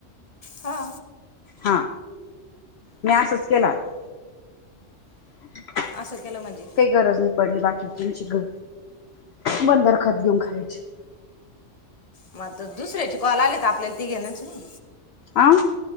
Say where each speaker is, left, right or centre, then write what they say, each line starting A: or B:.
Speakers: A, on the left; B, on the left.
A: हा!
B: हा! मी असंच केलात. <inaudible>
A: असं केलं म्हणजे,
B: काही गरज नाही पडली बाकी तुची ग, बंदरखत घेऊन खायची.
A: मग तर दुसऱ्याचे कॉल आले तर आपल्याला ती घेणच ना!
B: आं